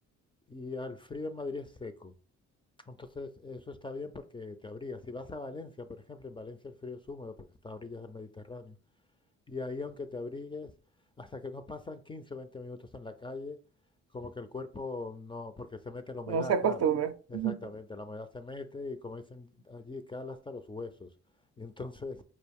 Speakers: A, on the left; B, on the right.
A: Y al frío en Madrid es seco. Entonces, eso está bien porque te abrigas. Si vas a Valencia, por ejemplo, en Valencia el frío es húmedo porque está a orillas del Mediterráneo. Y ahí, aunque te abrigues, hasta que no pasan 15 o 20 minutos en la calle, como que el cuerpo no, porque se mete la humedad,
B: no se acostumbra.
A: claro. Exactamente,
B: Ujú.
A: la humedad se mete y como dicen allí, cala hasta los huesos. <laughs> Y entonces